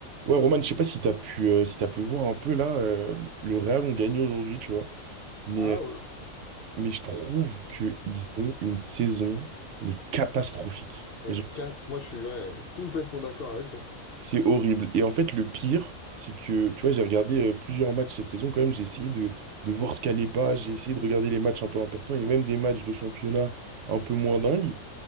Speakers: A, on the right; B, on the left.
A: Ouais, Roman, je sais pas si t'as pu, euh, si t'as pu voir un peu là, euh, le Real ont gagné aujourd'hui, tu vois. Mais,
B: Ah
A: euh,
B: ouais,
A: mais je trouve qu'ils ont une saison, mais catastrophique.
B: ouais,
A: Mais genre,
B: car- moi je suis ouais, complètement d'accord avec toi.
A: c'est horrible. Et en fait, le pire, c'est que, tu vois, j'ai regardé euh, plusieurs matchs cette saison quand même. J'ai essayé de, de voir ce qu'allait pas. J'ai essayé de regarder les matchs un peu importants et même des matchs de championnat un peu moins dingues.